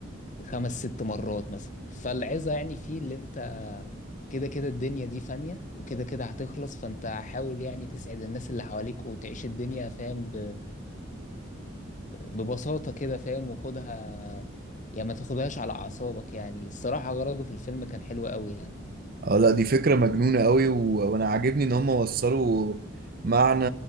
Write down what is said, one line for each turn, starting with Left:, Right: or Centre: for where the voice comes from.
Left: خمس ست مرات مثلا فالعظه يعني فيه اللي انت كده كده الدنيا دي فانية وكده كده هتخلص فانت حاول يعني تسعد الناس اللي حواليك وتعيش الدنيا فاهم ب... ببساطة كده فاهم وخدها يعني ما تاخدهاش على أعصابك يعني الصراحة غرضه في الفيلم كان حلو قوي يعني
Right: اه لا دي فكرة مجنونة قوي و... وانا عاجبني ان هم وصلوا معنى